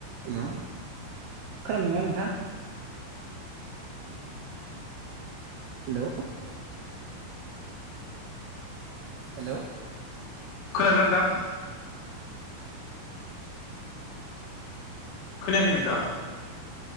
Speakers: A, on the right; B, on the left.
A: हेलौ खोनादों ना नोंथां? हेलौ। हेलौ।
B: खोनादों ना नोंथां? खोनायाखै नोंथां